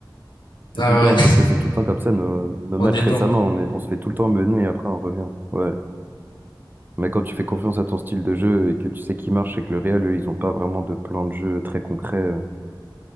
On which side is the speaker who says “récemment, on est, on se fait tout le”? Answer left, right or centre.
Right